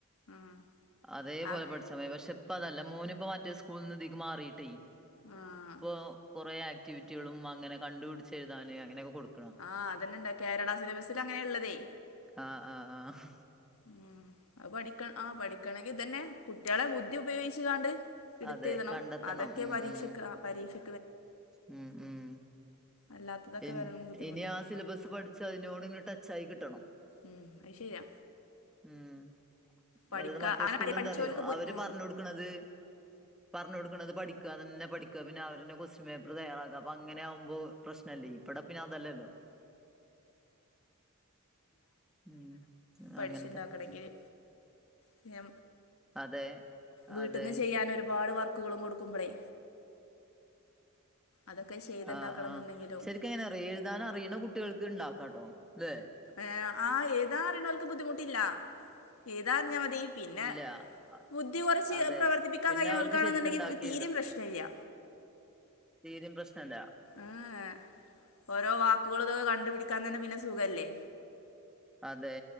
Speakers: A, on the left; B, in the centre.
A: ആ
B: അതെ
A: ആ
B: പോലെ പഠി സമയ പക്ഷെ ഇപ്പൊ അതല്ല മോൻ ഇപ്പോ മറ്റേ സ്കൂളിന്ന് ഇതീക് മാറിയിട്ടെ
A: ആ
B: ഇപ്പോ കുറേ ആക്ടിവിറ്റികളും അങ്ങനെ കണ്ടുപിടിചെഴുതാന് അങ്ങനെയൊക്കെ കൊടുക്കും
A: ആഹ് അതന്നെണ്ടാ കേരള സിലബസിൽ അങ്ങനെയള്ളതെ
B: ആഹ് ആഹ് ആഹ്
A: ഉം അത് പഠിക്ക ആഹ് പഠിക്കണെങ്കി ഇതന്നെ കുട്ടികളെ ബുദ്ധി ഉപയോഗിച്ചുകാണ്ട് എടുത്ത്
B: അതെ
A: എഴുതണം
B: കണ്ടെത്തണം
A: അതൊക്കെ
B: ഉം
A: പരീക്ഷയ്ക്ക്
B: ഉം
A: ആഹ് പരീക്ഷ
B: ഉം ഉം
A: അല്ലാത്തതൊക്കെ
B: ഇ
A: വരാൻ ബുദ്ധിമുട്ടാ
B: ഇനി ആ സിലബസ് പഠിച്ച അതിനോട് ഇങ് ടച്ചായി കിട്ടണം
A: ഉം അയ്ശരിയ
B: ഉം
A: പഠിക്കാ
B: അതത് മറ്റേ
A: അങ്ങനെ
B: സ്കൂളിൽ
A: പഠിച്ചോൽക്ക്
B: എന്താറിയോ
A: ബു
B: അവര്
A: ഉം
B: പറഞ്ഞു കൊടുക്കണത് പറഞ്ഞ കൊടുക്കണത് പഠിക്ക അതന്നെ പഠിക്ക പിന്നെ അവരന്നെ ക്വസ്റ്റൻ പേപ്പർ തയ്യറാക്ക അപ്പോ അങ്ങനെ ആകുമ്പോ പ്രശ് ല്ല ഇവിടെ പിന്നെ അതല്ലല്ലോ ഉം
A: പഠിച്ചുണ്ടാക്കണങ്കില്
B: അങ്ങനത്തെ
A: പിന്നെ
B: അതെ
A: വീട്ടിന്ന്
B: അതെ
A: ചെയ്യാനൊരുപാട് വർക്ക് ക്കുളും കൊടുക്കുമ്പളേ അതൊക്കെ ചെയ്ത്ണ്ടാക്കണംന്ന്ണ്ടെങ്കിലും
B: ആഹ് ആഹ് ശരിക്കങ്ങനെറിയോ എഴുതാൻ അറിയണ കുട്ടികൾക്ക് ഉണ്ടാക്കാംട്ടോ ല്ലെ
A: ഏഹ് ആ എയുദണയുന്ന താറിഞ്ഞ അവൾക്ക് ബുദ്ധിമുട്ടില്ല ഏതാ അറിഞ്ഞാ മതി പിന്നെ
B: ഇല്ല അ-
A: ബുദ്ധി കുറച്ച്
B: അതെ
A: പ്രവർത്തിപ്പിക്കാൻ
B: പിന്നെ
A: കഴിയുനോൽക്കാണെന്നുണ്ടെങ്കിൽ
B: അവർക്ക് ശരിക്കും ഇണ്ടാക്കി
A: തീരയും പ്രശ്നംല്ല
B: തീരിം പ്രശ്നല്ല
A: ആഏ ഓരോ വാക്കുകളൊതൊക്കെ കണ്ടുപിടിക്കാൻ തന്നെ പിന്നെ സുഖല്ലേ
B: അതെ